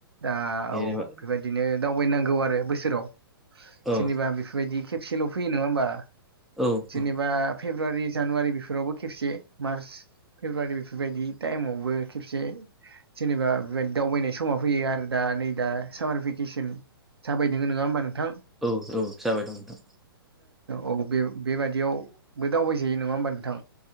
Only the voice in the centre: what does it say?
जेनेबा
औ
औ
औ
औ औ जाबाय दं नोंथां।